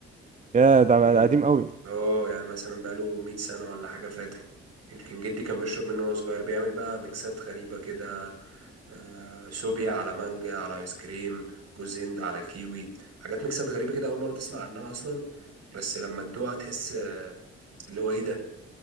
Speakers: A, on the right; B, on the right.
A: يا ده
B: إيه.
A: ده قديم قوي
B: اه يعني مثلا بقاله 100 سنة ولا حاجة فاتح يمكن جدي كان بيشرب منه وهو صغير بيعمل بقى ميكسات غريبة كده آه سوبيا على مانجا على ايس كريم جوز هند على كيوي حاجات ميكسات غريبة كده أول مرة تسمع عنها أصلا بس لما تدوقها تحس آه، اللي هو ايه ده